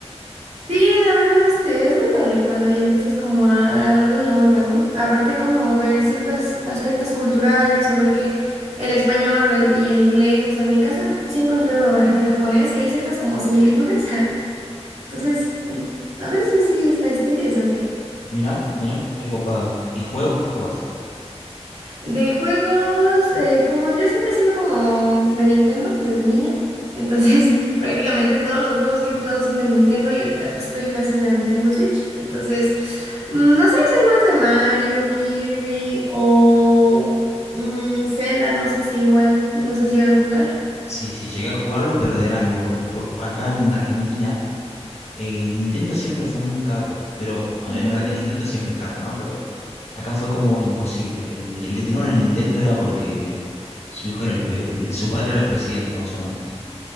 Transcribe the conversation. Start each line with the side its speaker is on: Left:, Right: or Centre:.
Right: Sí, la verdad, este, es muy padre cuando ya empiezas como a agarrarle la onda, ¿no? Aparte como ver ciertos aspectos culturales o ver que el español o el- y el inglés, o en mi caso sí he encontrado en japonés que hay ciertas como similitudes. <laughs> Entonces, mm, a veces sí, sí, está, está interesante.
Left: Mirá, mirá, qué copado. ¿Y juegos qué jugás?
Right: De juegos, eh, como yo siempre he sido como de Nintendo desde niña, entonces <laughs> prácticamente todos los juegos que he jugado son de Nintendo y ahorita pues, estoy más en la Nintendo Switch, entonces mm, no sé, soy más de Mario, Kirby o mm, Zelda, no sé si igual los has llegado a jugar.
Left: Sí, sí, llegué a jugarlos, pero de grande, porque por, acá en Argentina eh, Nintendo siempre fue muy caro. Pero a
Right: Ujú.
Left: ver, es verdad que Nintendo siempre es caro, ¿no? Pero acá fue como imposible. El, el que tenía una Nintendo era porque su hijo era el, pe- el- su padre era el presidente, más o menos.